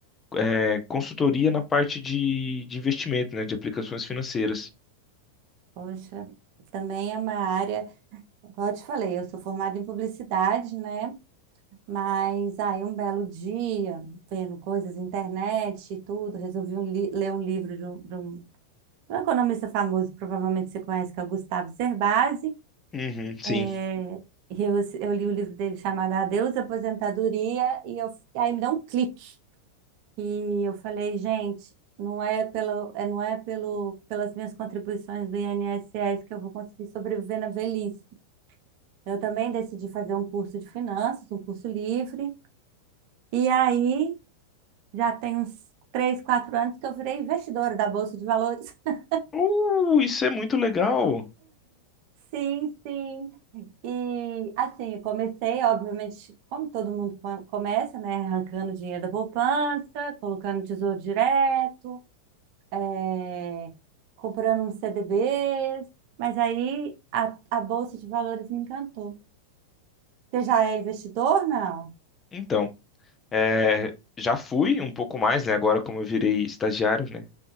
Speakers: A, on the left; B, on the right.
A: é, consultoria na parte de, de investimento, né? De aplicações financeiras.
B: Poxa, também é uma área, como eu te falei, eu sou formada em publicidade, né? Mas aí um belo dia, vendo coisas na internet e tudo, resolvi um li- ler um livro de um, de um- de um economista famoso, provavelmente você conhece, que é o Gustavo Cerbasi.
A: Uhum, sim.
B: É, e eu, eu li o livro dele chamado Adeus Aposentadoria, e eu, e aí me deu um clique. E eu falei, gente, não é pelo, é- não é pelo, pelas minhas contribuições do INSS que eu vou conseguir sobreviver na velhice. Eu também decidi fazer um curso de finanças, um curso livre. E aí Já tem uns três, quatro anos que eu virei investidora da Bolsa de Valores. <laughs>
A: Uh, isso é muito legal.
B: Sim, sim. E assim, eu comecei, obviamente, como todo mundo co- começa, né? Arrancando dinheiro da poupança, colocando no tesouro direto, eh, comprando uns CDBs. Mas aí a, a Bolsa de Valores me encantou. Você já é investidor, não?
A: Então, é, já fui um pouco mais, né? Agora, como eu virei estagiário, né?